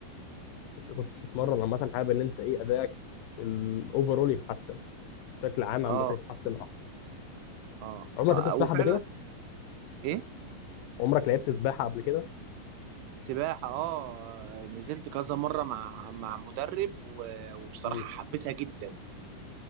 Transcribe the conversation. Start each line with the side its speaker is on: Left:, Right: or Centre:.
Left: انت كنت بتتمرن عامه حابب ان انت ايه ادائك الاوفرول يتحسن بشكل عام عامه
Right: اه
Left: يتحسن احسن
Right: اه
Left: عمرك
Right: آه،
Left: لعبت سباحه
Right: آه، وفعلا
Left: قبل كده
Right: ايه
Left: عمرك لعبت سباحه قبل كده
Right: سباحة اه نزلت كذا مرة مع مع مدرب و- وبصراحة
Left: امم
Right: حبيتها جدا